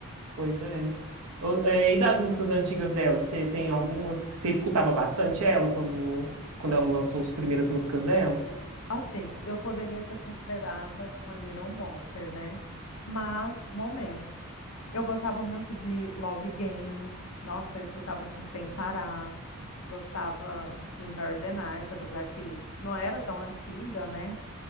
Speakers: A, on the right; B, on the left.
A: pois é. O- é, E das músicas antigas dela, você tem algumas que você escutava bastante ela quando, quando ela lançou as primeiras músicas dela?
B: Assim, eu poderia ser considerada uma Little Monster, né? Mas, momento, Eu gostava muito de Love Game. Nossa, eu escutava assim sem parar. Gostava de Mary the Night, apesar que não era tão antiga, né?